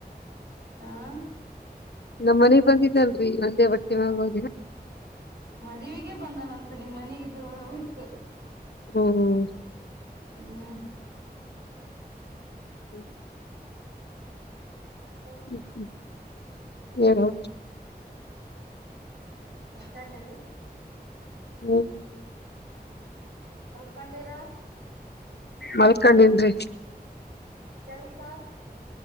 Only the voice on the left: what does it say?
ನಮ್ಮ ಮನಿಗ್ ಬಂದಿದ್ದಲ್ಲರಿ ಒಂದೇ ಬಟ್ಟಿ ಮ್ಯಾಗ ಹೊಗಿನ
ಹ್ಮಂ
<inaudible>
<unintelligible>
ಹ್ಮ್
ಮಲ್ಕಂಡಿನ್ರಿ